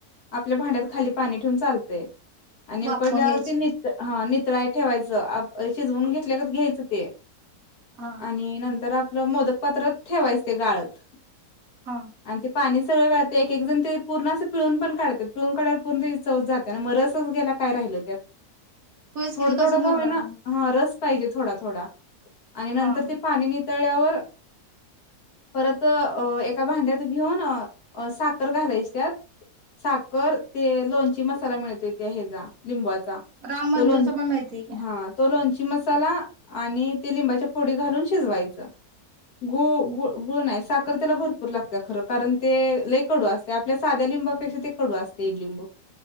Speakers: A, on the left; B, on the right.
A: आपल्या भांड्यात खाली पाणी ठेऊून चालतंय. आणि
B: वाफवून
A: उकडल्यावरती
B: घ्यायचे
A: नित हा नितळाय ठेवायचं आप शिजवून घेतल्यागत घ्यायचं ते
B: हा
A: आणि नंतर आपल मोदकपात्रात ठेवायच गाळत
B: हा
A: आणि पात्र ते बघा ते एक एक जण ते पूर्ण अस पिळून पण काढत्यात पिळून काढल्यावर पूर्ण त्याची चवच जाते ना मग रसच गेला काय राहील. त्यात,
B: होयच
A: थोडं
B: की ते
A: थोडं
B: कसं मुरणार
A: का होईना
B: मग
A: हा रस पाहिजे थोडा थोडा आणि नंतर
B: हा
A: ते पाणी तळ्यावर परत अ एका भांड्यात घेऊन अ साखर घालायची त्यात साखर ते लोणची मसाला मिळतोय त्या हिचा लिं
B: राम बंधूच
A: तो लोंच्या
B: पण मिळते की
A: हा तो लोणची मसाला आणि ते लिंबाच्या फोडी घालून शिजवायच. गु गुळ गुळ नाही साखर त्याला भरपूर लागत्या खरं कारण. ते लई कडू असतंय आपल्या साध्या लिंबापेक्षा ते कडू असतंय इडलिंबू